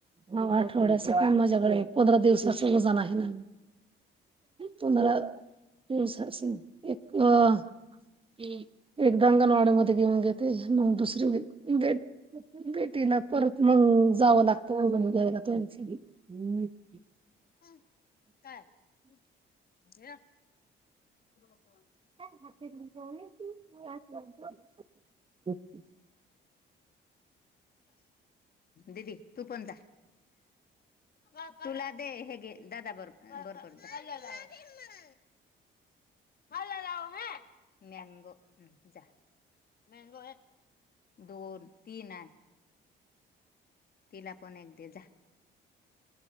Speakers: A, on the right; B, on the left.
A: हो आठवड्या, अस पण माझ्याकडे पंधरा दिवसाचं वजन आहे ना. पुनरा एक <unintelligible> एकदा अंगणवाड्यामध्ये घेऊन जाते मग, दुसरी वे बेटीला परत मग जावं लागतं म्ह घ्यायला तोस <unintelligible>
B: हम् कायरा <unintelligible>
A: <unintelligible>
B: ददी तू पणंत <unintelligible> तुला दे हेग दादा बर बरप <unintelligible> हल जाऊ ह मॅंगोम जा मंगो <unintelligible> दोन, तीन तिला पण एक दे जा.